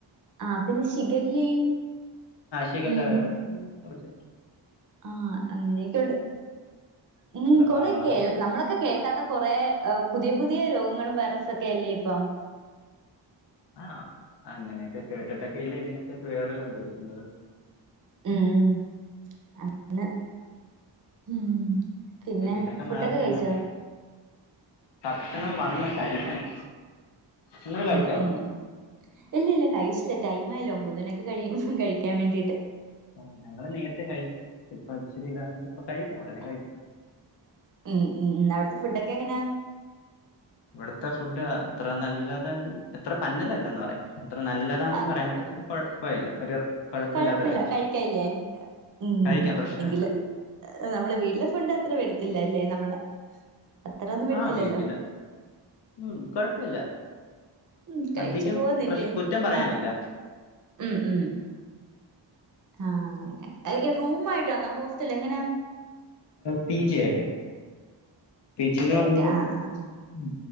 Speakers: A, on the right (about 45°); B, on the left (about 65°).
A: ആഹ് പിന്നെ ശിഖല്ലയും
B: ശിഗല്ല
A: ഉം
B: വൈറസ് ഉം കൊറച്ച്
A: ആഹ് അങ്ങനെക്കെ ഉണ്ട് ഉം കൊറെയൊക്കെ
B: ഏഹ്
A: നമ്മളൊക്കെ കേക്കാത്ത കൊറെ പുതിയ പുതിയ രോഗങ്ങളും വൈറസൊക്കെ അല്ലേ ഇപ്പം?
B: ആഹ് അങ്ങനെക്കെ കേട്ടിട്ടോക്കെയില്ലേ ഇതിനൊക്കെ ക്വയറ് കണ്ടുപിടിക്കുന്നത്.
A: ഉം അങ്ങനെ ഉം പിന്നെ
B: ഇതിനൊക്കെ
A: ഫുഡൊക്കെ
B: മാറി നിന്നു
A: കഴിച്ചോ?
B: ഭക്ഷണം
A: ആ,
B: വന്ന് കഴിക്കണം നിങ്ങൾ
A: ഉം
B: കഴിച്ചായിരുന്നോ
A: ഉം ഉം ഇല്ലല്ല കഴിച്ചില്ല ടൈം ആയില്ല ഒമ്പത് മണിയോക്കെ കഴിയും കഴിക്കാൻ വേണ്ടിട്ട്
B: ഉം ഞങ്ങള് നേരത്തെ കഴിക്കും ഇപ്പച്ചിരി ഇതായോണ്ട് ഇപ്പ കഴിക്കും ഉടനെ കഴിക്കും.
A: ഉം ഉം ഉം അവിട്ത്തെ ഫുഡൊക്കെ എങ്ങനാ?
B: ഇവട്ത്തെ ഫുഡ് അത്ര നല്ലതൽ അത്ര പന്നലല്ലന്ന് പറയാം അത്ര നല്ലതാന്ന്
A: ആഹ്
B: പറയാൻ പറ്റത്തില്ല കൊഴപ്പേല്ല ഒരു കുഴപ്പമില്ലാത്ത
A: കൊഴപ്പല്ല
B: റേഞ്ച്
A: കഴിക്കായില്ലേ? ഉം
B: കഴിക്കാം പ്രശ്നമില്ല
A: എങ്കില് നമ്മളെ വീട്ടിലെ ഫുഡ് അത്ര വരത്തില്ല അല്ലേ നമ്മള് അത്ര ഒന്നും വരത്തില്ലല്ലോ
B: ആഹ് വീട്ടില് ഉം കൊഴപ്പല്ല
A: ഉം കഴിച്ചു
B: അധികം
A: പോവുന്നില്ലേ
B: പ്രശ് കുറ്റം പറയാനില്ല.
A: ആഹ് ഉം ഉം ആഹ് അങ്ങനെ റൂമ് ആയിട്ടാന്നാ ഹോസ്റ്റലാ എങ്ങനാ?
B: പി ജി ആയിട്ട് പി ജി ന്ന് പറയുമ്പം
A: ആയിട്ട് ആഹ് ആഹ്
B: ഉം